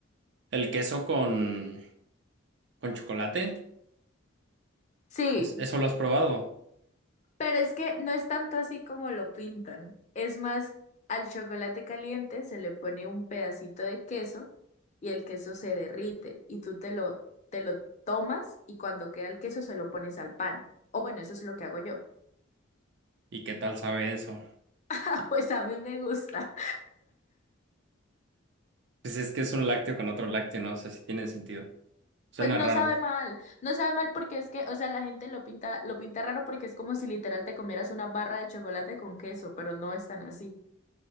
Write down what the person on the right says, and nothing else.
el queso con con chocolate,
es- eso lo has probado.
¿Y qué tal sabe eso?
Pues es que es un lácteo con otro lácteo, no sé si tiene sentido. Suena
raro.